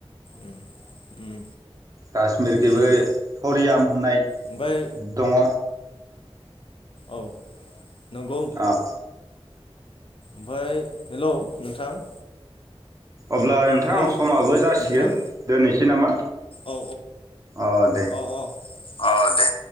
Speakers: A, on the left (about 60°); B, on the right (about 35°).
A: उम उम
B: कशमिरखबो
A: उम
B: अरियाम होननाय
A: ओमफ्राय
B: दङ
A: औ नंगौ
B: औ
A: ओमफफ्राय हेलौ नोंथां
B: अब्ला नोंथां
A: हेलौ
B: समाबो जासिगोन
A: नोंथां
B: दोननोसै नामा
A: औ
B: औ दे
A: अ अ औ दे